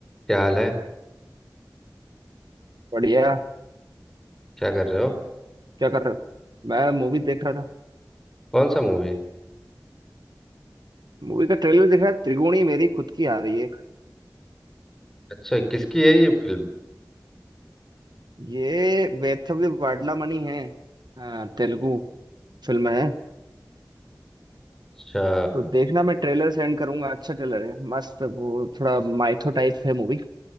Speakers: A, in the centre; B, on the right.
A: क्या हाल है
B: बढ़िया
A: क्या कर रहे हो
B: क्या कर रहे हो मैं मूवी देख रहा था
A: कौन सा मूवी
B: मूवी का ट्रेलर देख रहा था। त्रिगुणी मेरी खुद की आ रही है एक।
A: अच्छा किसकी है ये फिल्म
B: ये वेथव्य वाडलामणि है हाँ तेलुगु फिल्म है
A: अच्छा
B: तो देखना मैं ट्रेलर सेंड करूंगा अच्छा ट्रेलर है मस्त वो थोड़ा माइथो टाइप है मूवी